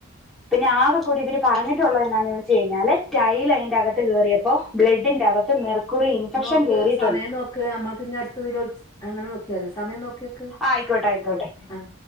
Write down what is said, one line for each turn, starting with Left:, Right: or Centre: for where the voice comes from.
Centre: പിന്നെ ആകെ കൂടി ഇവര് പറഞ്ഞിട്ടുള്ളത് എന്നാന്ന് ചോദിച്ചു കഴിഞ്ഞാല് ടൈല് അതിന്റെ അകത്ത് കയറിയപ്പോ ബ്ലഡിന്റെ അകത്ത് മെർക്കുറി ഇൻഫെക്ഷൻ
Left: നോക്ക്
Centre: കയറി
Left: സമയം നോക്ക് നമ്മക്ക് ഇനി അടുത്തതിലോട്ട് അങ്ങനെ നോക്കിയാ മതി സമയം നോക്കി വെക്ക്
Centre: ആയിക്കോട്ടെ ആയിക്കോട്ടെ
Left: ആഹ്